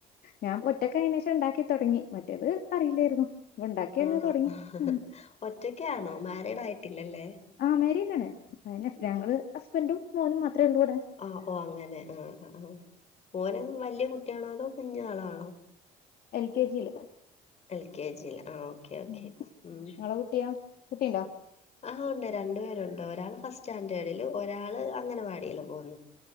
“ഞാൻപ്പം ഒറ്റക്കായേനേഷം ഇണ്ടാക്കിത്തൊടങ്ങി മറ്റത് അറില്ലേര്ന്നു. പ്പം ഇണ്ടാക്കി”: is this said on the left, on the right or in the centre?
Left